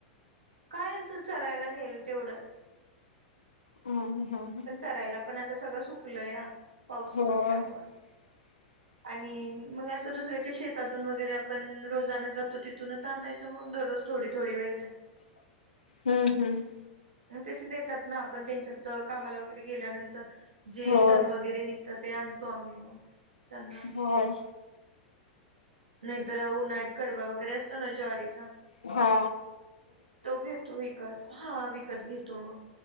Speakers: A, on the right (about 85°); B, on the left (about 85°).
A: काय असं चरायला नेल तेवढंच
B: हम्म हम्म हम्म
A: पण चरायला पण आता सगळं सुकलंया पाऊस
B: होय
A: नसल्यामुळे
B: <unintelligible>
A: आणि मग असं दुसऱ्याच्या शेतातून वगैरे आपण रोजान जातो तिथूनच आणायचं मग दररोज थोडी थोडी वैरण
B: हम्म हम्म
A: मग तसे देतात ना आपण त्यांच्यात कामाला वगैरे गेल्यानंतर जे
B: होय
A: तन वगैरे निघ त ते आणतो आम्ही मग त्यांना
B: होय
A: नाहीतर उन्हाळत कडबा वगैरे असतो ना ज्वारीचा
B: हा
A: तो घेतो विकत हा विकत घेतो मग